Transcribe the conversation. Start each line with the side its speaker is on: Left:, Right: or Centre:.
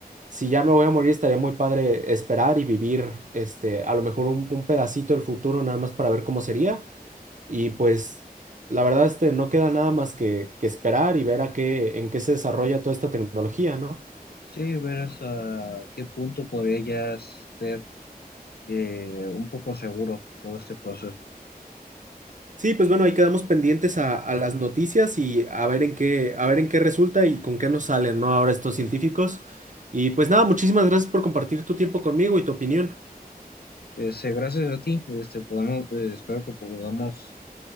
Right: si ya me voy a morir, estaría muy padre esperar y vivir, este, a lo mejor un, un pedacito del futuro nada más para ver cómo sería. Y pues, la verdad, este, no queda nada más que, que esperar y ver a qué, en qué se desarrolla toda esta tecnología, ¿no?
Left: Sí, ver hasta qué punto podría ya ser eh, un poco seguro todo este proceso.
Right: Sí, pues bueno, ahí quedamos pendientes a, a las noticias y a ver en qué, a ver en qué resulta y con qué nos salen, ¿no? Ahora estos científicos. Y pues nada, muchísimas gracias por compartir tu tiempo conmigo y tu opinión.
Left: Este, gracias a ti, este, podemos, eh, espero que podamos